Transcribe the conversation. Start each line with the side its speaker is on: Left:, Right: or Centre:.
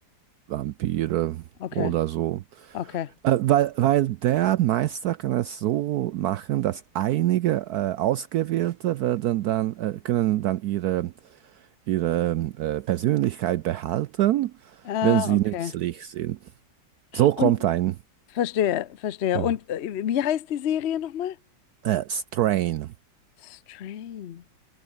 Right: Vampire
Left: Okay.
Right: oder so.
Left: Okay.
Right: Äh, weil, weil der Meister kann es so machen, dass einige äh, Ausgewählte werden dann, äh, können dann ihre, ihre äh, Persönlichkeit behalten,
Left: Ah,
Right: wenn sie
Left: okay.
Right: nützlich sind. So kommt
Left: Und
Right: ein
Left: verstehe, verstehe.
Right: Ja.
Left: Und äh, wie heißt die Serie nochmal?
Right: äh, Strain
Left: Strain.